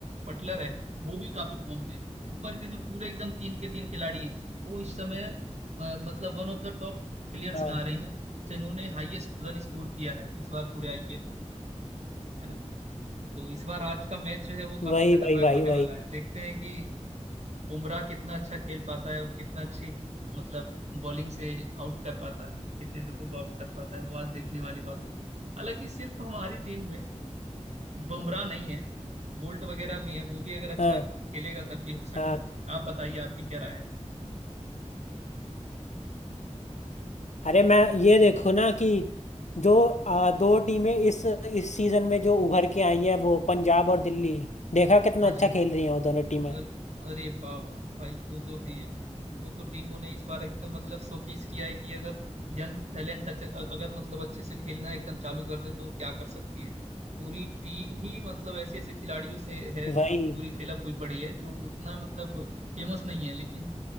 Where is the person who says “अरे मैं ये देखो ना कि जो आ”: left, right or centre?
Left